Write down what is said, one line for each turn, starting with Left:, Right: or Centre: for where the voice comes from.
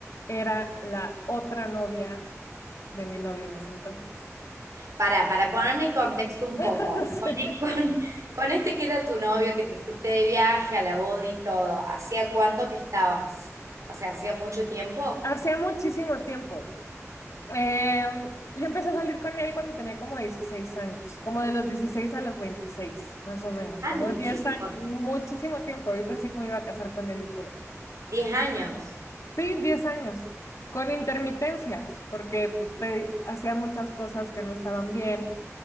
Left: era la otra novia de mi novio en ese entonces.
Right: Para, para ponerme en contexto un
Left: <laughs>
Right: poco,
Left: Sí.
Right: con, con, con este que era tu novio, que te fuiste de viaje a la boda y todo, ¿hacía cuánto que estabas? O sea, ¿hacía mucho tiempo?
Left: Hacía muchísimo tiempo. Eh, yo empecé a salir con él cuando tenía como 16 años, como de los 16 a los 26, más o menos,
Right: Ah,
Left: como
Right: muchísimo,
Left: 10 años, muchísimo tiempo. Yo pensé que me iba a casar con él y todo.
Right: 10 años.
Left: Sí, 10 años, con intermitencias, porque pues te- hacía muchas cosas que no estaban bien,